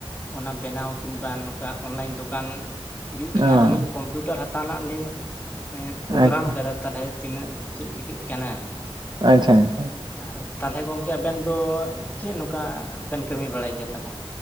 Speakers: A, on the left; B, on the right.
A: ᱚᱱᱟ ᱵᱮᱱᱟᱣ ᱠᱤᱱᱵᱟᱝ ᱱᱚᱠᱟ ᱚᱱᱞᱟᱭᱤᱱ ᱫᱚᱠᱟᱱ ᱡᱩᱛ ᱨᱮᱱᱟᱜ
B: ᱚ
A: ᱟᱹᱞᱤᱧ ᱠᱚᱢ ᱠᱚᱢᱯᱤᱭᱩᱴᱟᱨ ᱦᱟᱛᱟᱣ ᱨᱮᱱᱟᱜ ᱞᱤᱧ ᱯᱨᱳᱜᱨᱟᱢ
B: ᱟᱪᱪᱷᱟ
A: ᱟᱠᱟᱫᱟ ᱛᱟᱞᱦᱮ ᱛᱤᱱᱟᱹᱜ ᱪᱮᱫ ᱪᱤᱠᱟᱹᱜ ᱠᱟᱱᱟ᱾
B: ᱟᱪᱪᱷᱟ ᱟᱪᱷᱟ᱾
A: ᱟᱨ ᱛᱟᱞᱦᱮ ᱜᱚᱢᱠᱮ ᱟᱵᱮᱱ ᱫᱚ ᱪᱮᱫ ᱱᱚᱝᱠᱟ ᱵᱮᱱ ᱠᱟᱹᱢᱤ ᱵᱟᱲᱟᱭ ᱜᱮᱭᱟ ᱛᱟᱞᱦᱮ?